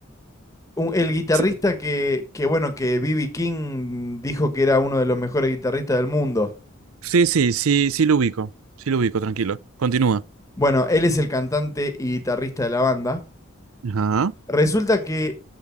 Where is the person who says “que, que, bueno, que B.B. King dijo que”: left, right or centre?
Left